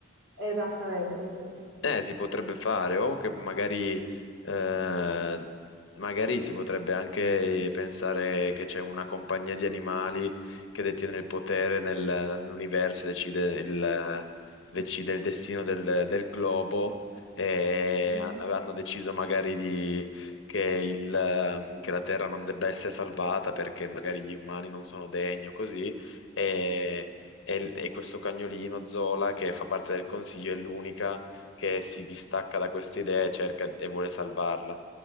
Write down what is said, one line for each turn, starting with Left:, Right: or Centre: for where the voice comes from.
Right: esattamente, sì.
Left: Eh, si potrebbe fare, o che magari, eh, magari si potrebbe anche pensare che c'è una compagnia di animali che detiene il potere nel- nell'universo e decide il, decide il destino del, del globo e
Right: Mm.
Left: han- hanno deciso magari di- che, il, ehm, che la Terra non debba essere salvata perché magari gli umani non sono degni o così e, e e questo cagnolino Zola che fa parte del consiglio è l'unica che si distacca da queste idee e cerca e vuole salvarla.